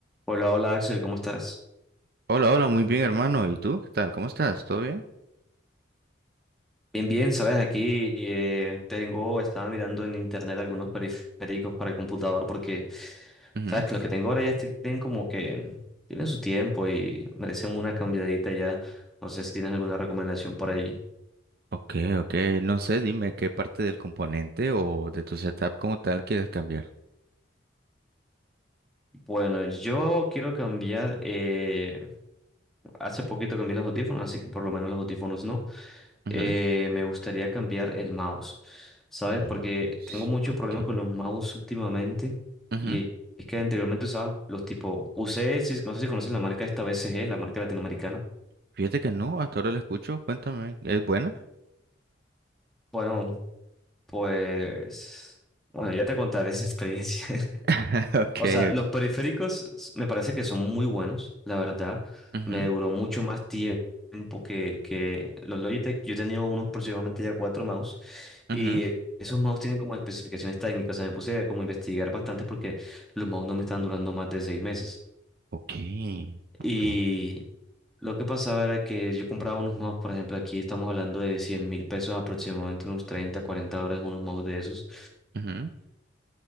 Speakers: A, in the centre; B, on the right.
A: Hola, hola Axel, ¿cómo estás?
B: Hola, hola, muy bien, hermano. ¿Y tú? ¿Qué tal? ¿Cómo estás? ¿Todo bien?
A: Bien, bien, sabes, aquí eh, tengo, estaba mirando en internet algunos periféricos para el computador porque,
B: Ujú.
A: sabes, que los que tengo ahora ya tienen como que, tienen su tiempo y merecen una cambiadita ya. No sé si tienes alguna recomendación por ahí.
B: Ok, ok. No sé, dime qué parte del componente o de tu setup como tal quieres cambiar.
A: Bueno, yo quiero cambiar eh, Hace poquito cambié los audífonos, así que por lo menos los audífonos no.
B: Ujú.
A: Eh, me gustaría cambiar el mouse, ¿sabes?
B: El mouse.
A: Porque tengo mucho
B: Ok.
A: problema con los mouse últimamente.
B: Ujú.
A: Y es que anteriormente usaba los tipo, usé, si- no sé si conocen la marca esta BCG, la marca latinoamericana.
B: Fíjate que no, hasta ahora lo escucho. Cuéntame, ¿es buena?
A: Bueno, pues, bueno, ya te contaré esa <laughs> experiencia.
B: <laughs> Ok,
A: O sea, los
B: ok.
A: periféricos s- me parece que son muy buenos, la verdad.
B: Ujú,
A: Me duró mucho más tiempo que, que los Logitech. Yo he tenido unos aproximadamente ya cuatro mouse
B: ujú.
A: y eh, esos mouse tienen como especificaciones técnicas. O sea, me puse como a investigar bastante porque los mouse no me estaban durando más de seis meses.
B: Ok,
A: Y
B: ok.
A: lo que pasaba era que yo compraba unos mouse, por ejemplo, aquí estamos hablando de cien mil pesos aproximadamente, unos 30, 40 dólares unos mouse de esos.
B: Ujú,